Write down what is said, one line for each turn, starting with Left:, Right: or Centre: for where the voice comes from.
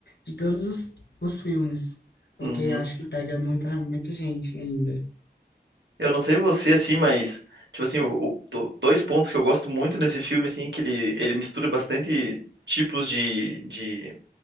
Left: de todos os, os filmes, porque
Right: uhum.
Left: acho que pega muita, muita gente ainda.
Right: Eu não sei você, assim, mas, tipo assim, o- o- do- dois pontos que eu gosto muito nesse filme, assim, é que ele, ele mistura bastante tipos de, de,